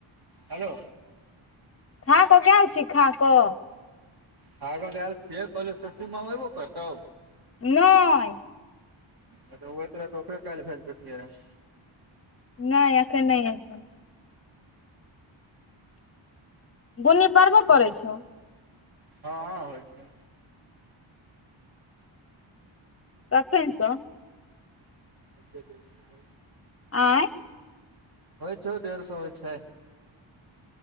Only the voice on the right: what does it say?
हेलो
खा क गैल छियै कहलियो शशी म एबो करतो
ऽ ओ त रह तऽ ओकरे काल्हि भेज देतियै रहै
रहए
हँ होइ छै
ह च दै छै <inaudible>
होइ छौ डेढ़ सए होइ छै